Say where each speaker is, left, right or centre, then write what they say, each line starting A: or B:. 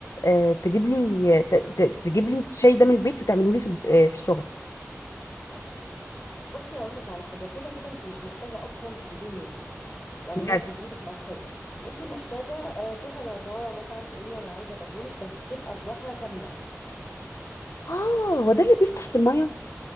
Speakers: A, on the left; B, on the left.
A: آه، تجيب لي ت- ت- تجيب لي الشاي ده من البيت وتعمله لي في ال- آه، في الشغل
B: بصي هقول لك على حاجه كده كده انت مش محتاجه اصلا تجيبيه من البيت يعني
A: بجد
B: هي تجيبهولك او حاجه انت محتاجه آه، تروحي العطار مثلا تقولي له انا عايزه بابونج بس تبقى الزهره كامله
A: اه هو ده اللي بيفتح في الميه